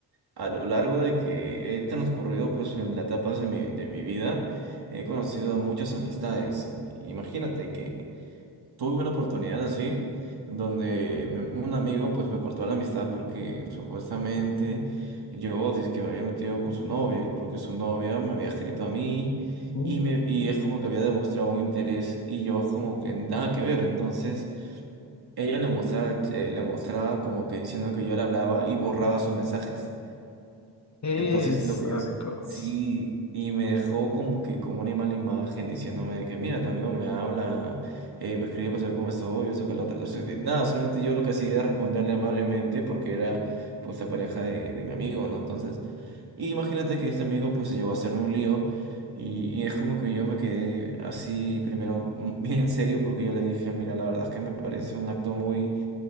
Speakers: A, on the right; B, on the left.
A: a lo largo de que he transcurrido pues en las etapas de mi, de mi vida, he conocido muchas amistades. Y imagínate tuve una oportunidad así, donde me- un amigo pues me cortó la amistad porque supuestamente yo que me había metido con su novia, y porque su novia me había escrito a mí
B: Mm.
A: y, me, y es como que había demostrado un interés y yo como que nada que ver. Entonces ella le mostraba, eh, le mostraba como que diciendo que yo le hablaba y borraba sus mensajes.
B: Esa
A: Entonces lo que yo s-
B: cosa.
A: sí, y me dejó como que como una mala imagen diciéndome de que mira, tu amigo me habla, eh, me escribe para saber cómo estoy, eso que lo otro. Entonces, eh, nada, solamente yo lo que hacía era responderle amablemente porque era pues la pareja de, de mi amigo, ¿no? Entonces, y imagínate que este amigo pues llegó a hacerme un lío y, y es como que yo me quedé así primero <laughs> mm, bien serio porque yo le dije, mira, la verdad es que me parece un acto muy,